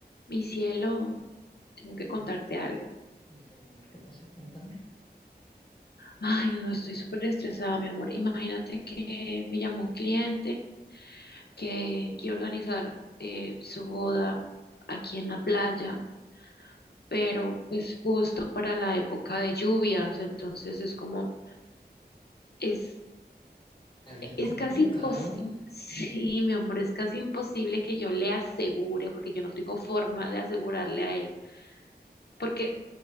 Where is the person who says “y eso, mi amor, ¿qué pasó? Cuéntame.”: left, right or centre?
Left